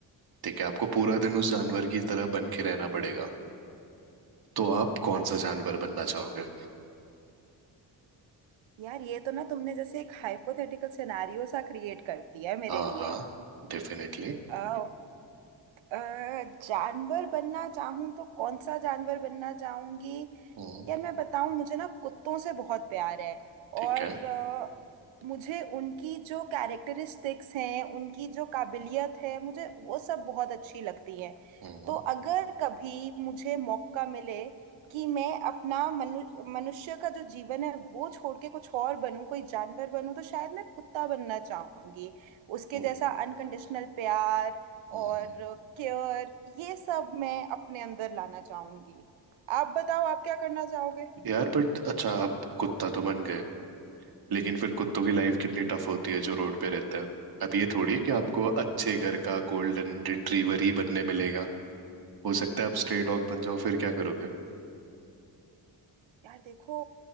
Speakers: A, on the right (about 50°); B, on the right (about 85°).
A: ठीक है आपको पूरा दिन उस जानवर की तरह बन के रहना पड़ेगा तो आप कौन
B: अच्छा
A: सा जानवर बनना चाहोगे
B: यार ये तो ना तुमने जैसे एक हाइपोथेटिकल सिनारियो सा क्रिएट कर दिया है मेरे
A: हाँ
B: लिए
A: हाँ डेफिनेटली
B: अ, अ, जानवर बनना चाहूं तो कौन सा जानवर बनना चाहूंगी
A: हम्म
B: यार मैं बताऊं मुझे ना कुत्तों से बहुत प्यार है
A: ठीक
B: और
A: है
B: अ, मुझे उनकी जो कैरेक्टरिस्टिक्स हैं उनकी जो काबिलियत है मुझे वो सब बहुत अच्छी लगती है
A: हम्म
B: तो अगर कभी मुझे मौका मिले कि मैं अपना मनु मनुष्य का जो जीवन है वो छोड़ के कुछ और बनूं कोई जानवर बनूं तो शायद मैं कुत्ता बनना चाहूंगी उसके
A: हम्म
B: जैसा अनकंडीशनल प्यार
A: हम्म
B: और केयर ये सब मैं अपने अंदर लाना चाहूंगी आप बताओ आप क्या करना चाहोगे
A: <laughs> यार बट अच्छा आप कुत्ता तो बन गए लेकिन फिर कुत्तों की लाइफ कितनी टफ होती है जो रोड पे रहता है अब ये थोड़ी है कि आपको अच्छे घर का गोल्डन रिट्रीवर ही बनने मिलेगा हो सकता है आप स्ट्रे डॉग बन जाओ फिर क्या करोगे
B: यार देखो